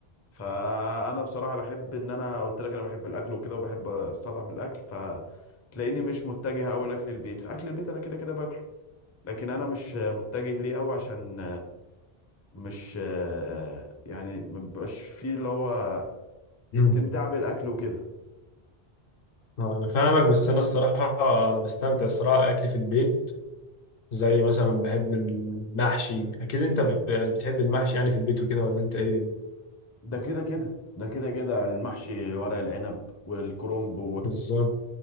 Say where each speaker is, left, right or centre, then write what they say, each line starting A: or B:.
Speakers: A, on the left; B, on the left.
A: فانا بصراحه بحب ان انا قلت لك انا بحب الاكل وكده وبحب استطعم الاكل فتلاقيني مش متجه قوي لاكل البيت اكل البيت انا كده كده باكله لكن انا مش متجه ليه قوي عشان مش يعني ما بيبقاش فيه اللي هو
B: مم.
A: استمتاع بالاكل وكده
B: انا فاهمك بس انا الصراحه انا بستمتع الصراحه اكل في البيت زي مثلا بحب المحشي اكيد انت ب- يعني بتحب المحشي يعني في البيت وكده ولا انت ايه
A: ده كده كده ده كده كده المحشي ورق العنب والكرنب
B: بالظبط